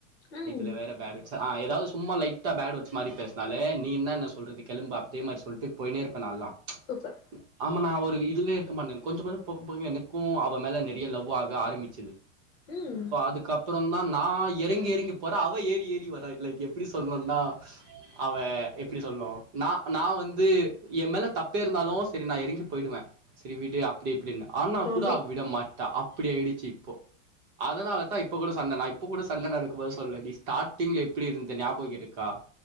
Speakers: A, on the left; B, on the right.
A: ம்
B: இதுல வேற பாட் சா ஆ ஏதாவது சும்மா லைட்டா பேட் வர்ட்ஸ் மாரி பேசுனாலே நீ என்னன்ன சொல்றதுகு கெளம்பு அப்டெ மாரி சொல்ட்டு போய்னே இருப்ப நால்லா ச்
A: சூப்பர்
B: ஆமா நா ஒரு இதுவே இருக்க மாட்டே கொஞ்சோ கொஞ்சோ பாக்க பாக்க எனக்கு கோவோ அவ மேல நெறைய லவ் ஆ ஆரம்மிச்சது
A: ம்
B: சோ அதுக்கப் அப்றோ தா நா எறங்கி எறங்கி போறே அவ ஏறி ஏறி வர லைக் எப்டி சொல்ணும்னா அவ எப்டி சொல்னு நா நா வந்து எம்மேல தப்பே இருந்தாலு செரி நா எறங்கி போயிடுவே செரி விடு அப்டி இப்டின்னு ஆனா
A: அப்டி
B: கூட அவ விட மாட்டா அப்டி ஆயிடுச்சு இப்போ அதனால தா இப்ப கூட சண்ட நா இப்ப கூட சண்ட நடடுக்கு போது சொல்லுவே ஸ்டார்டிங்ல எப்டி இருந்த ஞாபகோ இருக் கா